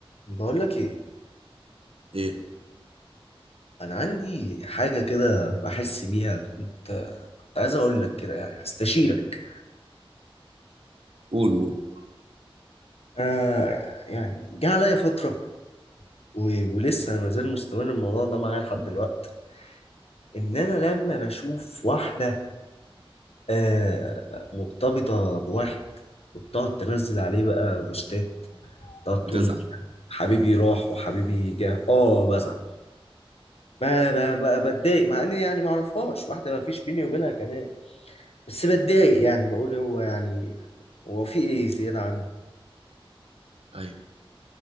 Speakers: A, on the left; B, on the right.
A: بقول لك ايه
B: ايه
A: انا عندي حاجه كده بحس بيها كنت كنت عايز اقول لك كده يعني استشيرك
B: قول قول
A: آه يعني جه عليا فتره و... ولسه ما زال مستمر الموضوع ده معايا لحد دلوقتي ان انا لما بشوف واحده آه مرتبطه بواحد وبتقعد تنزل عليه بقى بوستات تقعد تقول
B: بتزعل
A: مش عارف حبيبي راح وحبيبي جه اه بزعل بقى بقى بقى بتضايق مع اني يعني ما اعرفهاش واحده ما فيش بيني وبينها كلام بس بتضايق يعني بقول هو يعني هو في ايه زيادة عني
B: ايوه